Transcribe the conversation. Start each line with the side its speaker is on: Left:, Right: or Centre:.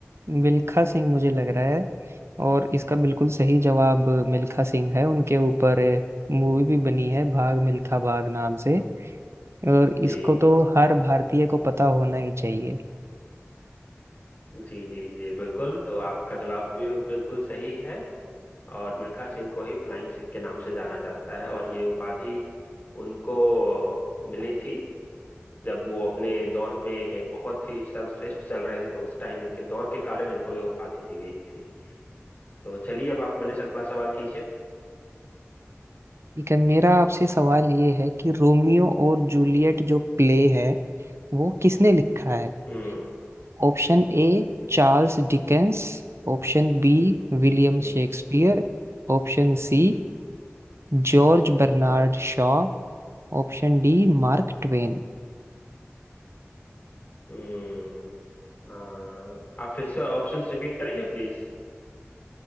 Right: मिल्खा सिंह मुझे लग रहा है और इसका बिल्कुल सही जवाब मिल्खा सिंह है उनके ऊपर मूवी भी बनी है भाग मिल्खा भाग नाम से और
Left: जी
Right: इसको तो हर भारतीय को पता होना ही चाहिए
Left: जी जी जी बिल्कुल तो आपका जवाब भी बिल्कुल सही है और मिल्खा सिंह को ही फ्लाइंग सिख के नाम से जाना जाता है और ये उपाधि उनको मिली थी जब वो अपने दौर में बहुत ही सर्वश्रेष्ठ चल रहे थे तो उस टाइम इनके दौर के कारण इनको ये उपाधि दी गई थी तो चलिए अब आप मेरे से अगला सवाल कीजिए
Right: ठीक है मेरा आपसे सवाल ये है कि रोमियो और जूलियट जो प्ले है वो किसने लिखा है
Left: हम्म
Right: Option A Charles Dickens option B William
Left: हम्म
Right: Shakespeare option C George Bernard Shaw option D Mark Twain
Left: हम्म हाँ, आप फिर से ऑप्शंस रिपीट करेंगे प्लीज